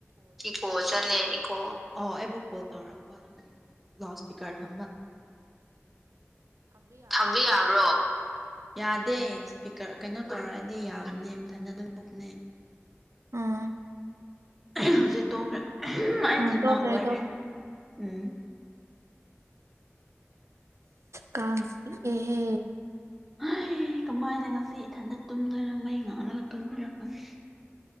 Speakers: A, in the centre; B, on the right.
A: ꯏꯀꯣ ꯆꯠꯂꯦ ꯏꯀꯣ ꯑꯣ ꯑꯩꯕꯨ ꯀꯣꯜ ꯇꯧꯔꯛꯄ ꯑꯗꯨꯒꯤ ꯂꯥꯎꯠ ꯏꯁꯄꯤꯀꯔ ꯊꯝꯕ ꯊꯝꯕ ꯌꯥꯕ꯭ꯔꯣ ꯌꯥꯗꯦ ꯏꯁꯄꯤꯀꯔ ꯀꯩꯅꯣ ꯇꯧꯔꯛꯑꯗꯤ ꯌꯥꯝꯅꯦ ꯃꯊꯟꯗ ꯑꯗꯨꯝ ꯂꯨꯞꯅꯦ
B: ꯎꯝ
A: ꯍꯧꯖꯤꯛ ꯇꯣꯛꯈ ꯑꯩ
B: ꯎꯝ
A: ꯈꯅꯥ
B: ꯇꯣꯛꯈ꯭ꯔꯦ
A: ꯂꯣꯏꯔꯦꯅꯦ ꯎꯝ
B: ꯀ ꯑꯦꯍꯦ
A: ꯍꯩ ꯀꯃꯥꯏꯅ ꯉꯁꯤ ꯏꯊꯟꯗ ꯇꯨꯝꯗꯣꯏꯅꯣ ꯃꯩ ꯉꯥꯜꯂꯒ ꯇꯨꯝꯕꯤꯔꯛꯀꯅꯤ